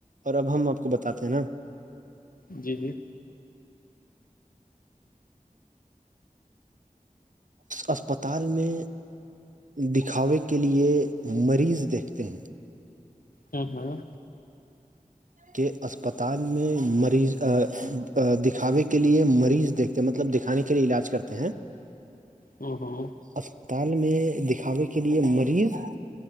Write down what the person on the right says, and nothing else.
اور اب ہم آپ کو بتاتے ہیں نا
اسپتال میں دکھاوے کے لیے مریض دیکھتے ہیں
کہ اسپتال میں مریض دکھاوے کے لیے مریض دیکھ مطلب دکھانے کے لیے علاج کرتے ہیں
اسپتال میں دکھاوے کے لیے مریض